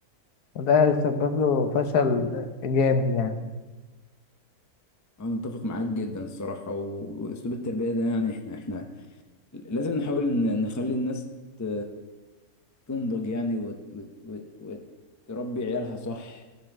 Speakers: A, on the left; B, on the left.
A: وده هيسبب له فشل جامد يعني
B: انا متفق معاك جدا الصراحة و- واسلوب التربية ده يعني احنا احنا لازم نحاول ن- نخلي الناس ت... تنضج يعني وت... وت... وت... وتربي عيالها صح